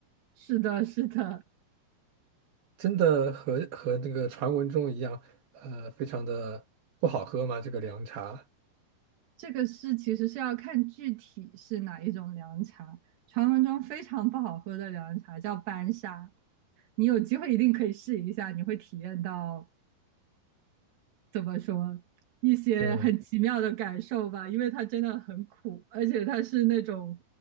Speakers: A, on the right; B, on the right.
A: 是的，是的，
B: 真的和和那个传闻中一样，呃，非常的不好喝吗？这个凉茶？
A: 这个是其实是要看具体是哪一种凉茶。传闻中非常不好喝的凉茶叫班沙。你有机会一定可以试一下，你会体验到怎么说一些很奇妙的感受吧，
B: 嗯，
A: 因为它真的很苦，而且它是那种